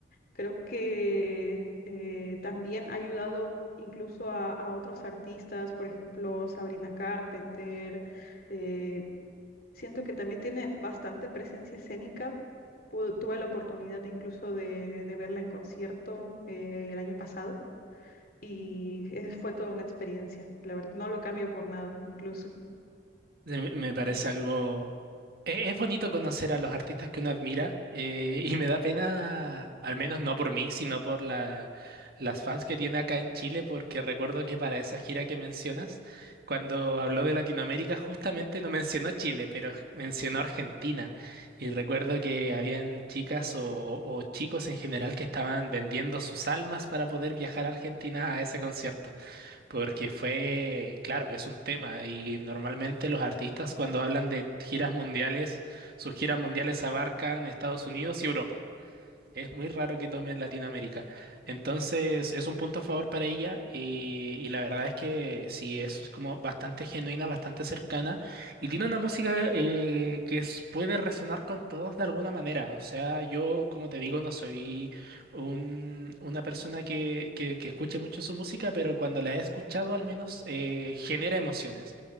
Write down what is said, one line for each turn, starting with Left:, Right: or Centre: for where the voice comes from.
Left: Creo que eh, también ha ayudado incluso a, a otros artistas, por ejemplo, Sabrina Carpenter. eh, siento que también tiene bastante presencia escénica. Pu- tuve la oportunidad incluso de, de verla en concierto eh, el año pasado. Y eh, fue toda una experiencia, la verdad, no lo cambio por nada, incluso.
Right: Se Me me parece algo E- Es bonito conocer a los artistas que uno admira eh, y me da pena, al menos no por mí, sino por la- las fans que tiene acá en Chile, porque recuerdo que para esa gira que mencionas, cuando habló de Latinoamérica, justamente no mencionó Chile, pero mencionó Argentina. Y recuerdo que habían chicas o, o o chicos en general que estaban vendiendo sus almas para poder viajar a Argentina a ese concierto porque fue, claro, es un tema y normalmente los artistas cuando hablan de giras mundiales, sus giras mundiales abarcan Estados Unidos y Europa. Es muy raro que tome en Latinoamérica. Entonces, es un punto a favor para ella y, y la verdad es que sí, es como bastante genuina, bastante cercana y tiene una música eh, que es- puede resonar con todos de alguna manera. O sea, yo, como te digo, no soy un- una persona que, que- que escuche mucho su música, pero cuando la he escuchado al menos eh, genera emociones.